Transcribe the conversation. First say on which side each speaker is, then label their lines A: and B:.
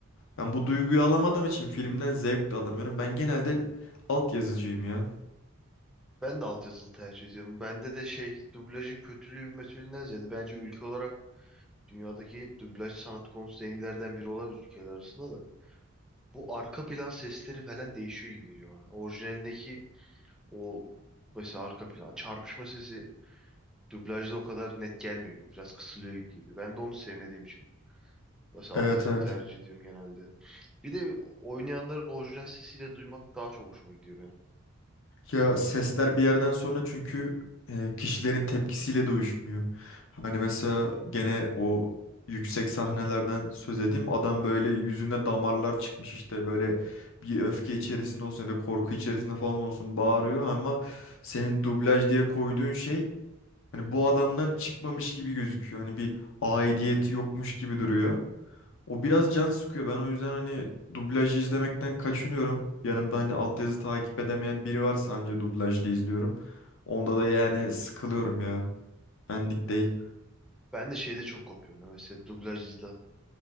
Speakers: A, on the left; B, in the centre.
A: Ben bu duyguyu alamadığım için filmden zevk de alamıyorum. Ben genelde alt yazıcıyım ya.
B: Ben de altyazılı tercih ediyorum. Bende de şey dublajın kötülüğü metölünden ziyade bence ülke olarak dünyadaki dublaj sanat konusunda en iyilerden biri olabilir ülkeler arasında da. Bu arka plan sesleri falan değişiyor gibi geliyor bana. Orijinalindeki o mesela arka plan çarpışma sesi dublajda o kadar net gelmiyor gibi. Biraz kısılıyor gibi geliyor. Ben de onu sevmediğim için. Mesela
A: Evet
B: altyazılı
A: evet.
B: tercih ediyorum genelde. Bir de oynayanların orijinal sesiyle duymak daha çok hoşuma gidiyor benim.
A: Ya sesler bir yerden sonra çünkü e, kişilerin tepkisiyle de uyuşmuyor. Hani mesela gene o yüksek sahnelerden söz edeyim. Adam böyle yüzüne damarlar çıkmış işte böyle bir öfke içerisinde olsun ya da korku içerisinde falan olsun bağırıyor ama senin dublaj diye koyduğun şey hani bu adamdan çıkmamış gibi gözüküyor. Hani bir aidiyeti yokmuş gibi duruyor. O biraz can sıkıyor. Ben o yüzden hani dublajı izlemekten kaçınıyorum. Yanımda hani altyazı takip edemeyen biri varsa anca dublajlı izliyorum. Onda da yani sıkılıyorum ya. Benlik değil.
B: Ben de şeyde çok kopuyorum. ya, Mesela dublajda